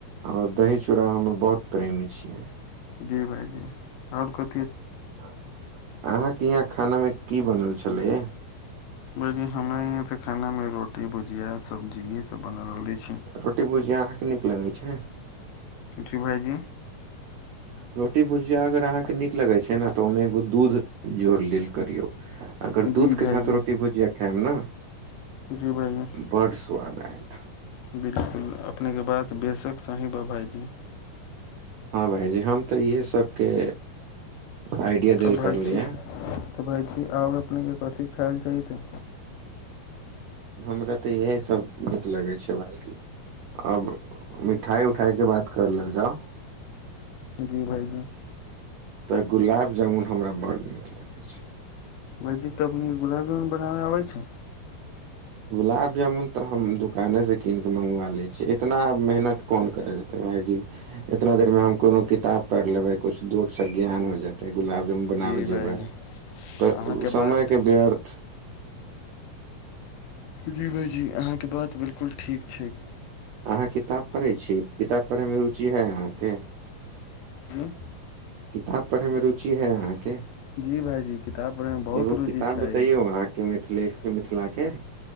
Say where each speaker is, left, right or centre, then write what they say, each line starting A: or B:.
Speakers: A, on the right (about 75°); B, on the left (about 80°).
A: और दही, चूड़ा हमर बहुत प्रेमी छियै।
B: जी भायजी और कु
A: अ- अहाँ के इहाँ खाना मे की बनल छलै या
B: अभी हमरा इयाँ तऽ खाना मे रोटी भुजिया सब्जी ईहए सब बनल रहले छी
A: रोटी भूजिया अहाँके नीक लगै छै
B: जी भायजी
A: रोटी भुजिया अगर अहाँके नीक लगै छै ने तऽ ओहिमे एगो दूध जोड़ लेल करियौ अगर
B: जी
A: दूधके
B: भाइजी
A: साथ रोटी भुजिया खाएब ने
B: जी भाइजी
A: बड स्वाद ऐत
B: बिल्कुल अपने के बात बेसक सही बा भाईजी।
A: हां भायजी हम तऽ इहे सबके आइडिया
B: तऽ
A: देल
B: भायजी
A: करलियै
B: तऽ भायजी आब अपने के कथी खायल जयते
A: हमरा तऽ इहे सब नीक लगै छै भायजी अब मिठाइ उठाइके बात कर लेल जाउ
B: जी भाइजी
A: तऽ गुलाब जामुन हमरा बड़ नीक लगै छै
B: भाइजी तऽ अपने के गुलाब जामुन बनाबे आबै छै
A: गुलाब जामुन तऽ हम दुकाने से कीन के मंगवा लै छीयै इतना मेहनत कोन करय जेतै भायजी इतना देर मे हम कोनो किताब पैढ़ लेबै कुछ दु अक्षर ज्ञान होय जेत तऽ गुलाब जामुन बनाबे
B: जी
A: जेबै
B: भाइजी
A: तऽ
B: अहाँके
A: उ समय
B: बात
A: के व्यर्थ
B: जी भाइजी अहाँके बात बिल्कुल ठीक
A: अहाँ किताब पढ़ै छी किताब पढ़े मे रुचि है अहाँके
B: <unintelligible>
A: किताब पढ़े मे रुचि है अहाँ के
B: जी भाइजी किताब पढ़ैमे बहुत
A: एगो
B: रुचि
A: किताब
B: छै
A: बतैयौ अहाँके मिथिले मिथिला के